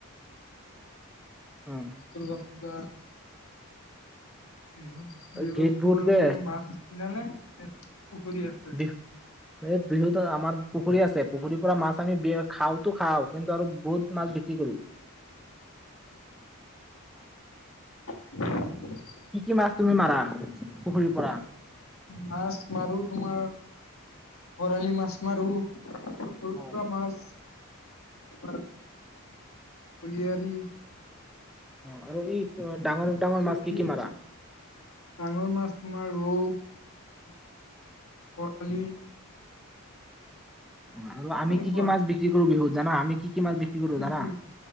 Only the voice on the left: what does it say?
দূৰ্গা পূজা বিহুত বিহুত
তোমালোকে
মাছ কিনা নে? পুখুৰী আছে
<unintelligible>
মাছ মাৰো তোমাৰ বৰালি মাছ মাৰো, সৰু
থকা মাছ <unintelligible> কুলিয়াৰি।
পুঠি
<inaudible> ডাঙৰ মাছ তোমাৰ ৰৌ <inaudible> বৰালি
তেনেকুৱাই
কি
কি